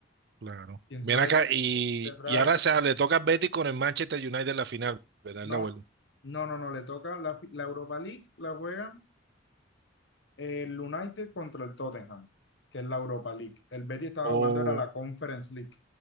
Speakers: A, on the right (about 60°); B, on the left (about 65°).
A: Claro.
B: ¿Quién
A: Ven
B: sabe
A: acá
B: qué
A: y,
B: tendrá
A: y ahora
B: ese
A: o sea,
B: equipo?
A: le toca al Betty con el Manchester United en la final, ¿verdad? En
B: No,
A: la vuelta.
B: no, no, no, le toca la, fi- la Europa League, la juegan el United contra el Tottenham, que es la Europa League. El Betis estaba
A: O.
B: jugando, era la Conference League.